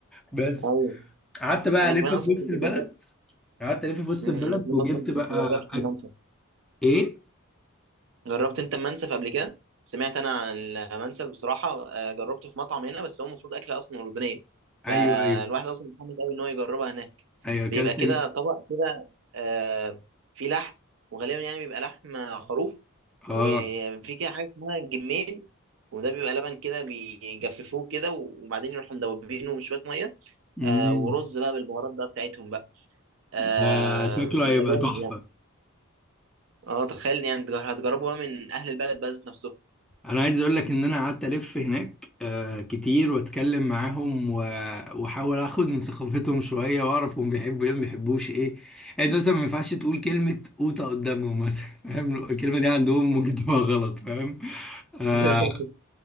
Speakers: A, in the centre; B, on the right (about 60°).
A: بس
B: ايوه
A: قعدت بقى
B: انا
A: الف
B: كمان
A: في
B: اصلا
A: وسط
B: كنت
A: البلد
B: جربت
A: قعدت الف في وسط
B: مم،
A: البلد
B: انا كمان
A: وجبت
B: اصلا
A: بقى
B: كنت جربت
A: أك...
B: المنسف
A: ايه
B: جربت انت المنسف قبل كده سمعت انا عن المنسف بصراحه آه، جربته في مطعم هنا بس هو المفروض اكله اصلا اردنيه فالواحد
A: ايوه ايوه
B: اصلا متحمس قوي ان هو يجربها هناك
A: ايوه اكلت
B: بيبقى كده
A: ال...
B: طبق كده آه، فيه لحم وغالبا يعني بيبقى لحم خروف
A: اه
B: وفي كده حاجه اسمها جميد وده بيبقى لبن كده بيجففوه كده وبعدين يروحوا مدوبينه بشويه ميه
A: مم.
B: آه، ورز بقى بالبهارات بقى بتاعتهم بقى آه
A: ده شكله
B: بيبقى
A: هيبقى
B: جامد
A: تحفة
B: يعني اه تخيل يعني تجر- هتجربوا بقى من اهل البلد بقى ذات نفسهم
A: انا عايز اقول لك ان انا قعدت الف هناك آه، كتير واتكلم معاهم و- واحاول اخد من ثقافتهم شوية واعرف هم بيحبوا ايه ما بيحبوش ايه يعني انت مثلا ما ينفعش تقول كلمة قوطة قدامهم مثلا فاهم الكلمة دي عندهم ممكن تبقى غلط فاهم آه،
B: <laughs>